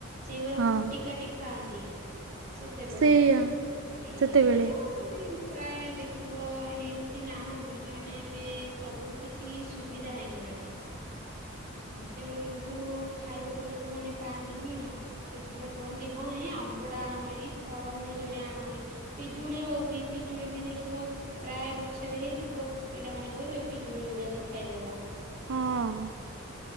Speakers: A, on the right; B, on the right.
A: ସେଗୁରା
B: ହଁ
A: କୁଟି କାଟି ଖାଆନ୍ତି, ସେତେବେଳେ
B: ସେଇଆ
A: ଏ
B: ସେତେବେଳେ
A: ଏବେ ତ ମାନେ ପ୍ରାୟେ ଦେଖିବ ଏ ହେମତି ନାହାନ୍ତି। ନାଇ ନାଇ ଏବେ ସବୁ କିଛି ସୁବିଧା ହେଇଗଲାଣି। ଉଁ, ହୁଁ, ସେତେବେଳେ କିନ୍ତୁ ଖାଇବାକୁ ଲୋକମାନେ ପାଆନ୍ତିନି ନା। ସେତେବେଳେ କୁହନ୍ତି ହଁ ଏ ଆମ୍ବ ଟା ଆଣ ହରିକି ଫଳମୂଳ ଯୋଡେ ଆଣହେରି। ପିଜୁଳି ହଉ ବି ପିଜୁଳି ବି ଦେଖିବ ପ୍ରାୟେ ଗଛରେ ହେଇଥିବ ପିଲାମାନେ କହିବେ ପିଜୁଳି ଯୁଡେ ଆଜି ଖାଇଦବା।
B: ହଁ।